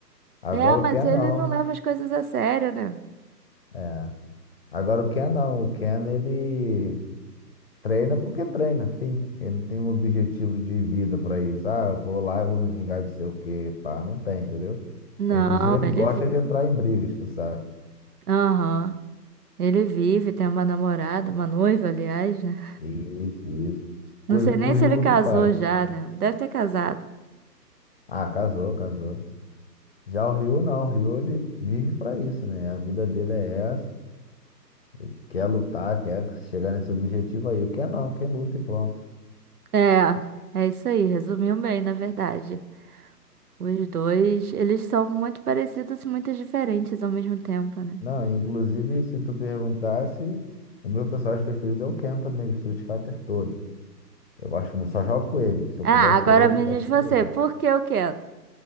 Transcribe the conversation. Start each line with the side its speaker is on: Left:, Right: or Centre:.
Left: Agora
Right: É, mas
Left: o Ken
Right: ele
Left: não.
Right: não leva as coisas a sério, né?
Left: É. Agora o Ken não. O Ken, ele. Treina porque treina, fim. Ele não tem um objetivo de vida pra isso. Ah, eu vou lá e vou me vingar de sei o quê, pá, não tem, entendeu?
Right: Não,
Left: Inclusive, ele
Right: ele
Left: gosta
Right: vive.
Left: de entrar em brigas, tu sabe?
Right: Aham. Ele vive, tem uma namorada, uma noiva, aliás, né?
Left: Isso, isso.
Right: Não
Left: Coisa
Right: sei nem
Left: que o
Right: se
Left: Ryu
Right: ele casou
Left: não faz.
Right: já, né? Deve ter casado.
Left: Ah, casou, casou. Já o Ryu não, o Ryu ele vive pra isso, né? A vida dele é essa. Ele quer lutar, quer chegar nesse objetivo aí. O que é não, quem luta e pronto.
Right: É, é isso aí, resumiu bem, na verdade. Os dois, eles são muito parecidos e muito diferentes ao mesmo tempo, né?
Left: Não, inclusive, se tu perguntasse, o meu personagem preferido é o Ken também, do Street Fighter todo. Eu gosto muito, só jogo com ele. Se
Right: Ah,
Left: eu puder escolher,
Right: agora me
Left: eu só
Right: diz
Left: escolher.
Right: você,
Left: ele.
Right: por que o quê? É,